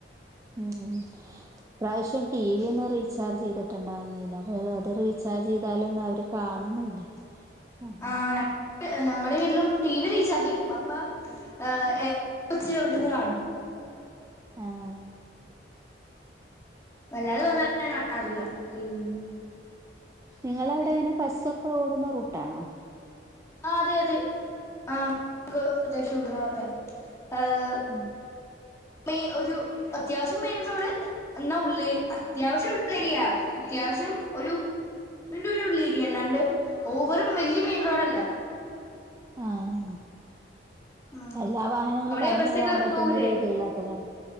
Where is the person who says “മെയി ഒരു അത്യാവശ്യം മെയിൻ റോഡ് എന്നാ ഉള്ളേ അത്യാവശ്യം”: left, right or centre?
Left